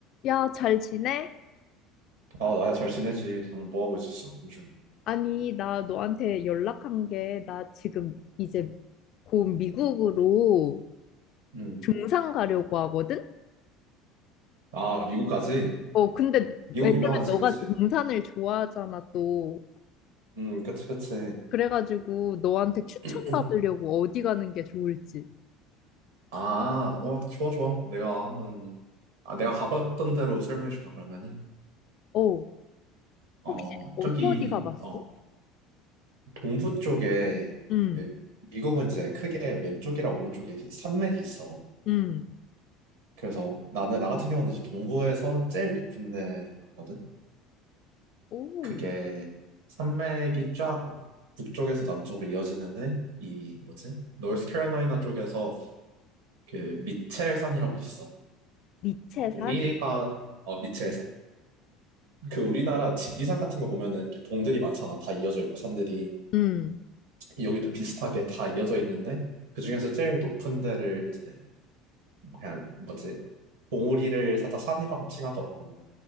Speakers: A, on the left; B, on the right.
A: 야, 잘 지내?
B: 아, 나야 잘 지내지. 너는 뭐 하고 있었어, 요즘?
A: 아니, 나 너한테 연락한 게, 나 지금 이제 곧 미국으로
B: 음.
A: 등산 가려고 하거든?
B: 아, 미국까지?
A: 어, 근데
B: 미국
A: 왜냐면
B: 유명하지,
A: 너가
B: 그치?
A: 등산을 좋아하잖아, 또.
B: 음, 그치, 그치.
A: 그래가지고 너한테 추천받으려고
B: <clears throat>
A: 어디 가는 게 좋을지.
B: 아, 어, 좋아, 좋아. 내가 한번, 아, 내가 가봤던 대로 설명해 줄까, 그러면은?
A: 어,
B: 어,
A: 혹시 어디
B: 저기,
A: 어디 가봤어?
B: 어, 동부 쪽에,
A: 응,
B: 그 미국은 이제 크게 왼쪽이랑 오른쪽에 그 산맥이 있어.
A: 응.
B: 그래서 나는, 나 같은 경우는 이제 동부에서 제일 높은 데를 갔거든?
A: 오,
B: 그게 산맥이 쫙 북쪽에서 남쪽으로 이어지는데 이 뭐지? 노스캐롤라이나 쪽에서 그 미첼산이라고 있어.
A: 미체산?
B: 어, 우리가 어 미첼산. 그 우리나라 지리산 같은 거 보면은 이렇게 봉들이 많잖아. 다 이어져 있고 산들이
A: 응.
B: 여기도 비슷하게 다 이어져 있는데 그 중에서 제일 높은 데를 이제 그냥 뭐지? 봉우리를 살짝 산이라고 칭하더라고.